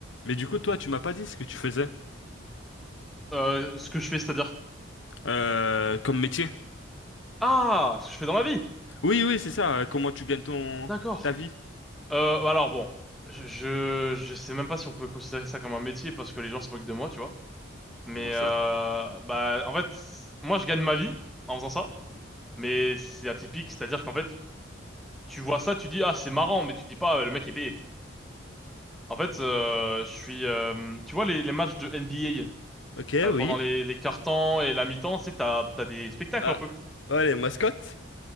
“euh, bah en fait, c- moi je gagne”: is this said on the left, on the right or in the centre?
Centre